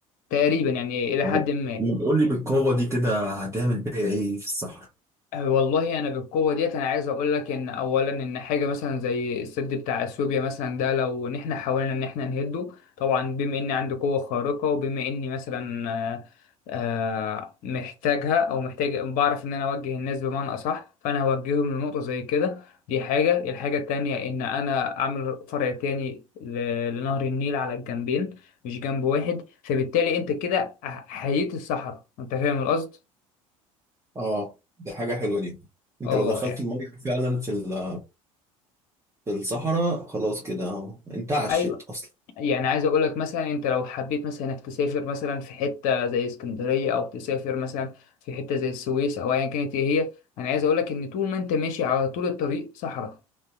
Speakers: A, on the left (about 50°); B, on the right (about 15°).
A: تقريبا يعني الى
B: طيب
A: حد ما
B: قول لي بالقوة دي كده هتعمل بيها ايه في الصحراء
A: آه، والله انا بالقوه ديت انا عايز اقول لك ان اولا ان حاجه مثلا زي السد بتاع اثيوبيا مثلا ده لو ان احنا حاولنا ان احنا نهده طبعا بما اني عندي قوه خارقه وبما اني مثلا آه، آه، محتاجها او محتاج بعرف ان انا اوجه الناس بمعنى اصح فانا هوجههم لنقطه زي كده دي حاجه الحاجه التانية ان انا اعمل فرع تاني ل- لنهر النيل على الجنبين مش جنب واحد فبالتالي انت كده حييت الصحراء انت فاهم القصد
B: اه دي حاجة حلوة دي انت
A: اه
B: لو دخلت
A: يعني.
B: المية فعلا في ال- في الصحراء خلاص كده انت عشت
A: ايوه
B: اصلا
A: يعني عايز اقول لك مثلا انت لو حبيت مثلا انك تسافر مثلا في حته زي اسكندريه او تسافر مثلا في حته زي السويس او ايا كانت ايه هي انا عايز اقول لك ان طول ما انت ماشي على طول الطريق صحراء